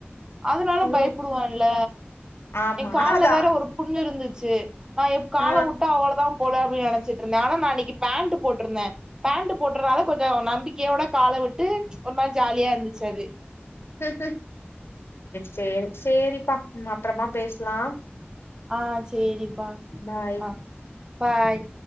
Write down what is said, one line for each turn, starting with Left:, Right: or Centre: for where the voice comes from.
Right: அதுனால
Left: ஓ
Right: பயப்படுவான்ல
Left: ஆமா
Right: ஏ கால்ல
Left: ஆனா அதா
Right: வேற ஒரு புண்ணு இருந்துச்சு நா எப் கால
Left: ஆ
Right: வுட்டா அவ்ளோதா போல அப்டின்னு நெனச் ட்டு இருந்த ஆனா நா அன்னிக்கு பேண்ட் போட்ருந்த பேண்ட் போட்டற்றதுனால கொஞ்சோ நம்பிக்கையோட கால்ல விட்டு ஒரு மாரி ஜாலியா இருந்துச்சு அது
Left: சேரி சேரி சேரிப்பா நம்ம அப்றமா பேசலா
Right: ஆ சேரிப்பா
Left: பாய்
Right: ஆ பாய்